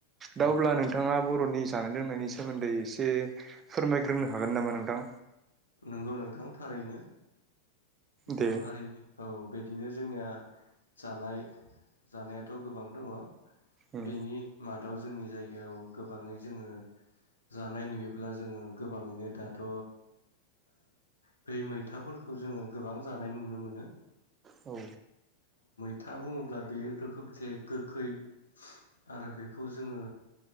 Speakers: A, on the right (about 25°); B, on the left (about 75°).
A: दा
B: औ
A: अब्ला नोंथाङा बर नि जानाय लोंनायनि सोमोन्दै एसे फोरमायग्रोनो हागोन नामा नोंथां
B: नंगौ नोंथां थारैनो
A: दे
B: बर' हारिनि औ बिदिनो जोंनिया जानाय जानायाथ' गोबां दङ
A: उम
B: बेनि मादाव जोंनि जायगायाव गोबाङै जोङो जानाय नुयोब्ला जोङो गोबाङैनो दाथ' बै मैथाफोरखौ जोङो गोबां जानाय नुनो मोनो
A: औ
B: खोथा बुङोब्ला बेयो रोखोमसे गोखै आरो बेखौ जोङो